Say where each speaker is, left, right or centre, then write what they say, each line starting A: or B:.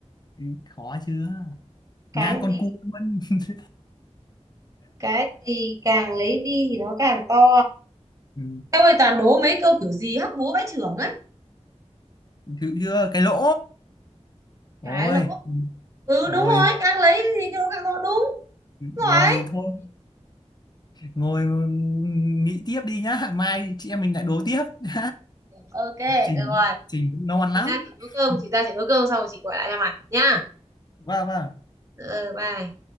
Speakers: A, on the left; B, on the right.
A: ý, khó chưa
B: cái
A: ngang con
B: gì
A: cua luôn <laughs>
B: cái gì càng lấy đi thì nó càng to
A: ừ.
B: Tao ơi toàn đố mấy câu kiểu gì hóc búa bãi trưởng ấy
A: chịu chưa cái lỗ rồi
B: cái lỗ ừ
A: ngồi
B: đúng rồi càng lấy thì cái đó càng to đúng rồi
A: ngồi thôi ngồi ừ, nghĩ tiếp đi nhá mai chị em mình lại đố tiếp <laughs>
B: ok
A: trình
B: được rồi
A: trình nó
B: để
A: ngoan lắm
B: chị ra chị nấu cơm
A: <laughs>
B: chị ra chị nấu cơm xong rồi chị gọi lại cho mày nhá
A: vâng vâng
B: ừ bye